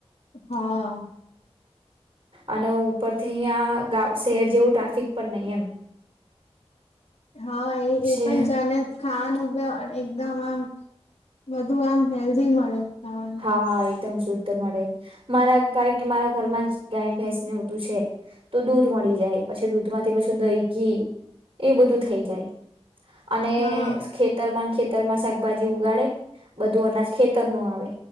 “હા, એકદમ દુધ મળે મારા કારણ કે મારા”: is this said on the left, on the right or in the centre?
Right